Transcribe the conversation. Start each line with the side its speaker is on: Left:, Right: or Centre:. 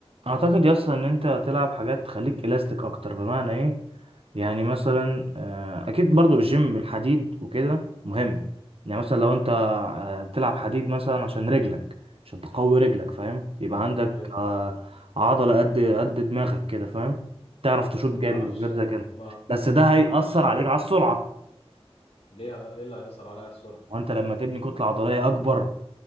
Right: اعتقد يس ان انت تلعب حاجات تخليك الاستيك اكتر بمعنى ايه يعني مثلا آه، اكيد برضو الجيم الحديد وكده مهم يعني مثلا لو انت آه، تلعب حديد مثلا عشان رجلك عشان تقوي رجلك فاهم يبقى عندك
Left: ايوه
Right: آه، عضلة قد قد دماغك كده فاهم تعرف تشوط
Left: بس ما
Right: جامد
Left: تعرفش
Right: بجد زي كده
Left: ما
Right: بس ده
Left: ما
Right: هيأثر
Left: تعرفش
Right: عليك على السرعة
Left: ليه ايه اللي هيأثر عليها السرعة
Right: وانت لما تبني كتلة عضلية اكبر